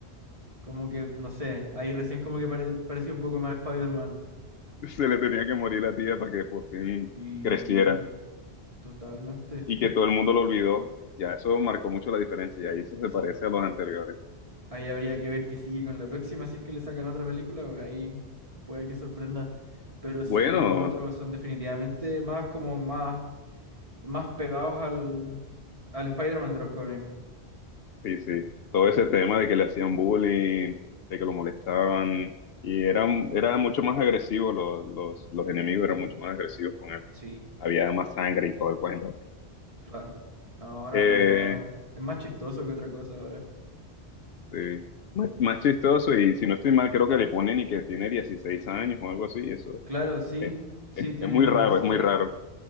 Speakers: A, on the right; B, on the left.
A: como que, no sé, ahí recién como que pare- parecía un poco más Spider-Man.
B: <laughs> Se le tenía que morir la tía para que por fin
A: Y
B: creciera
A: no- totalmente,
B: y que todo el mundo lo olvidó. Ya, eso marcó mucho la diferencia y ahí se, se
A: sí.
B: parece a los anteriores.
A: Ahí habría que ver qué sigue con la próxima, si es que le sacan otra película, pues ahí puede que sorprenda. Pero sí,
B: Bueno,
A: los otros son definitivamente más como más Más pegados al, al Spider-Man de los cómics.
B: sí, sí. Todo ese tema de que le hacían bullying, de que lo molestaban y eran, era mucho más agresivos los, los, los enemigos, eran mucho más agresivos con él.
A: Sí,
B: Había más sangre y todo el cuento.
A: claro. No, ahora
B: Eh,
A: no, ahora. Es más chistoso que otra cosa ahora.
B: sí. Más, más chistoso y si no estoy mal, creo que le ponen y que tiene 16 años o algo así, eso
A: Claro, sí.
B: Es,
A: Sí,
B: es-
A: tiene
B: es muy
A: como
B: raro,
A: eso.
B: es muy raro.